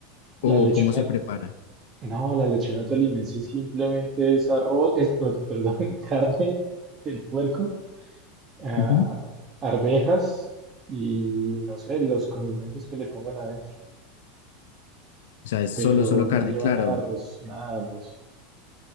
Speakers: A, on the left; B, on the right.
A: o
B: La lechona,
A: cómo se prepara.
B: no, la lechona tolimense simplemente es arroz, es, no, perdón, <laughs> carne del puerco, ah,
A: Ujú.
B: arvejas y no sé, los condimentos que le pongan adentro.
A: O sea, es
B: Pero
A: solo, solo carne,
B: no lleva
A: claro.
B: nada de arroz, nada de arroz.